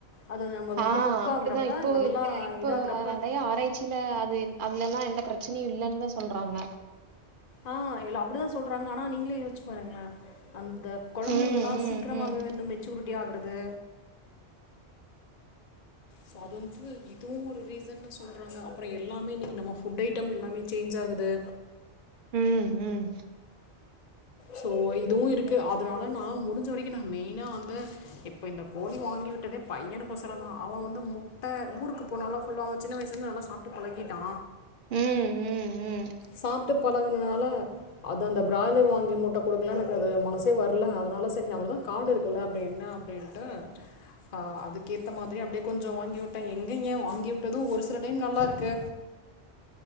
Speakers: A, on the left; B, on the right.
A: அது நம்மளது
B: ஆ
A: வந்து குக்
B: அப்டிதா
A: ஆகுறப்ப
B: இப்போ
A: நல்லா
B: இருக்கிற இப்போ
A: இதாகுறப்ப
B: நெறைய ஆராய்ச் ச்சில அது அதுலெல்லா எந்த பிரச்சனையு இல்லன் தா சொல்றாங்க
A: ஆ எல்ல அப்டிதா சொல்றாங்க ஆனா நீங்களே யோசிச்சு பாருங்களே அந்த குழந்தைங்கலா
B: ம், ம்,
A: சீக்கிரமாகவே
B: ம்.
A: வந்து மெச்சூரிட்டி ஆகுறது சோ அது வந்து இதுவு ஒரு ரீசன்னு சொல்றாங்க அப்பறோ எல்லாமே இன்னைக்கு நம்ம ஃபுட் ஐட்டம் எல்லாமே சேன்ஜ் ஆகுது
B: ம் ம்
A: சோ இதுவு இருக்கு அதனால நா முடிஞ்ச வரைக்கு நா மெயினா வந்து இப்ப இந்த கோழி வாங்கி விட்டதே பையனுக்கோசரோ தா அவ வந்து முட்ட ஊருக்கு போனாலு ஃபுல்லா அவ சின்ன வயசுலந்து நல்ல சாப்டு பலகிட்டா
B: ம், ம், ம்.
A: சாப்டு பழகுனதுனால அது அந்த பிராய்லர் வாங்கி முட்டை கொடுக்குல எனக்கு அது மனசே வர்ல அதனால சரி நம்மளதா காடு இருக்குல அப்டி என்ன அப்டி த அ அதுக்கேத்த மாதிரி அப்டே கொஞ்சோ வாங்கி விட்டே எங்க ஏ வாங்கி விட்டது ஒரு சில டைம் நல்லாருக்கு